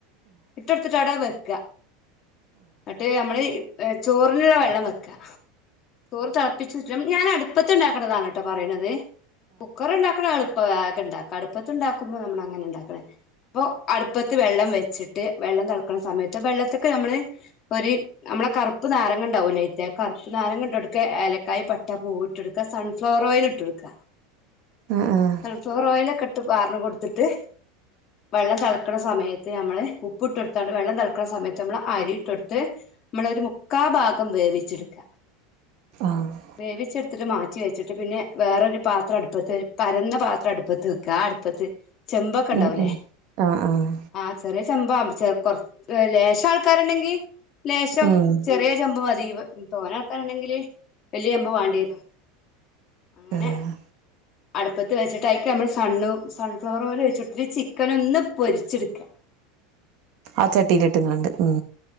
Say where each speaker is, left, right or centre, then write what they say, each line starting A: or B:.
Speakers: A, on the left; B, on the right.
A: ഇട്ടൊടുത്തിട്ട് അവിടെ വെക്ക നട്ട് നമ്മള് ചോറിനുള്ള വെള്ളം വെക്കാ തോറ് തിളപ്പിച്ചുറ്റും ഞാൻ അടുപ്പത്ത് ഉണ്ടാക്കണതാണ് എട്ടോ പറയണത് കുക്കറുണ്ടാക്കണെളു <unintelligible> ഉണ്ടാക്ക അടുപ്പത്ത് ഉണ്ടാക്കുമ്പോ നമ്മൾ അങ്ങനെ ഉണ്ടാക്കണെ അപ്പൊ അടുപ്പത്ത് വെള്ളം വെ വെച്ചിട്ട് വെള്ളം തെളക്കണ സമയത്ത് വെള്ളത്തിക്ക്‌ നമ്മള് ഒരു നമ്മളെ കറുപ്പ് നാരങ്ങ ഉണ്ടാവൂലേ <unintelligible> കറുപ്പ്നാരങ്ങ ഇട്ടൊടുക്ക ഏലക്കായായി പട്ട പൂവ് ഇട്ടൊടുക്ക സൺ സൺഫ്ലവർ ഓയിൽ ഇട്ടൊടുക്ക
B: ആഹ് ആഹ് ആഹ്
A: സൺഫ്ലവർ ഓയിയില ഒക്കെ ഇട്ട് പാർന്ന് കൊടുത്തിട്ട് വെള്ളം തിളക്കണ സമയത്ത് നമ്മള് ഉപ്പ് ഇട്ടൊടുത്താല് വെള്ളം തിളക്കണ സമയത്ത് നമ്മള് അരി ഇട്ട്കൊടുത്ത് നമ്മളൊരു മുക്കാ ഭാഗം വേവിച്ചെട്ക്ക
B: ആഹ്
A: വേവിച്ചെട്ത്തിട്ട് മാറ്റി വെച്ചിട്ട് ട്ട് പിനേ വേറൊരു പാത്രം അടുപ്പത്ത് പരന്ന പാത്രം അടുപ്പത്ത് വെക്കാ ആ അട്പ്പത്ത് ചെമ്പൊക്കെ ഉണ്ടാവൂല്ലേ
B: ഉം ഉം ആഹ് ആഹ്
A: ആ ചെറിയ ചെമ്പാ ചേർ കൊർ ലേശം ആൾക്കാര്ണ്ടെങ്കി ലേശം
B: ഉം
A: ചെറിയ ചെമ്പ് മതി തോന ആൾക്കാര്ണ്ടെങ്കില് വെല്ല്യ ചെമ്പ് വാണ്ടി വരും അങ്ങനെ
B: ആഹ്
A: അടുപ്പത്ത് വെച്ചിട്ടയ്ക്കമ്മള് സണ്ണു സൺഫ്ലവർ ഓയില് ഒയ്ച്ച് ട്ട് ത് ചിക്കനൊന്ന് പൊരിച്ച്ട്ക്ക
B: ആ ചട്ടിയിലിട്ടുംങ്ങാണ്ട് ഉം